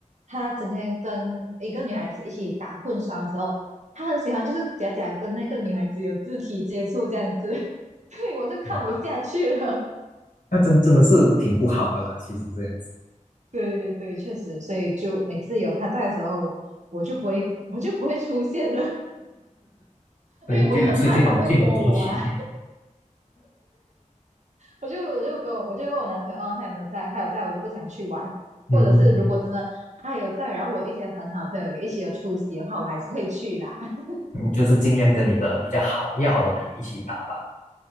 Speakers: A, on the right; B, on the left.
A: 他整天跟一个女孩子一起打混双的时候，他很喜欢就是假假跟那个女孩子有肢体接触这样子，<laughs> 对，我就看不下去了。
B: 哇，那真真的是挺不好的啦。其实这样子，
A: 对对对，确实，所以就每次有他在的时候，我就不会我就不会出现了，<laughs>
B: 对，
A: 因为我也很怕他会摸我啊。
B: 就最最好最好躲起来。
A: 我就我就跟我我就问我男朋友，哦，他有没有在？他有在，我就不想去玩。
B: 嗯，
A: 或者是如果真的他有在，然后我一些很好的朋友也一起有出席的话，我还是会去啦。<laughs>
B: 嗯就是尽量跟你的比较好要好的朋友一起打吧。